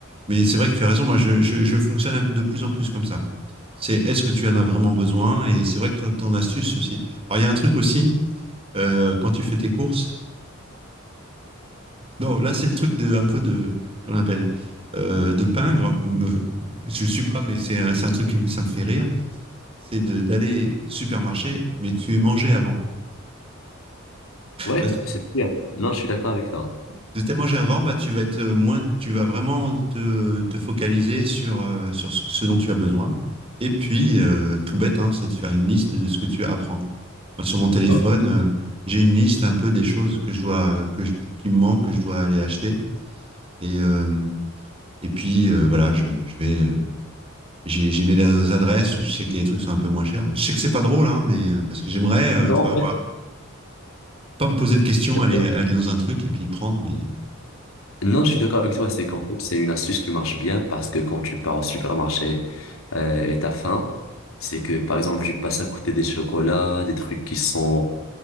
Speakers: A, on the right; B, on the left.
A: mais c'est vrai que tu as raison. Moi, je, je, je fonctionne de plus en plus comme ça. C'est, est-ce que tu en as vraiment besoin? Et c'est vrai que ton, ton astuce aussi. Alors, il y a un truc aussi, euh, quand tu fais tes courses, Non, là, c'est le truc de, un peu de, qu'on appelle, euh, de peindre. Me- Je ne suis pas, mais c'est un, c'est un truc qui ça me fait rire. C'est de- d'aller au supermarché, mais tu es mangé avant.
B: Ouais,
A: Parce que
B: c'est sûr. Non, je suis d'accord avec toi.
A: si tu es mangé avant, bah, tu vas être moins, tu vas vraiment te, te focaliser sur, euh, sur ce ce dont tu as besoin. Et puis, euh, tout bête, hein, c'est de faire une liste de ce que tu as à prendre. Moi, sur mon téléphone,
B: Non,
A: euh, j'ai une liste un peu des choses que je dois, que je- qui me manquent, que je dois aller acheter. Et, euh, et puis, euh, voilà, je, je vais. euh, j'ai mis des adresses où je sais que les trucs sont un peu moins chers. Je sais que c'est pas drôle, hein, mais euh, parce que j'aimerais, euh,
B: non,
A: tu vois,
B: en
A: voilà, pas me poser de questions,
B: fait.
A: aller, aller dans un truc et puis prendre, mais,
B: Non, je suis d'accord avec toi, c'est qu'en fait, c'est une astuce qui marche bien parce que quand tu pars au supermarché euh, et t'as faim, c'est que par exemple, tu passes à côté des chocolats, des trucs qui sont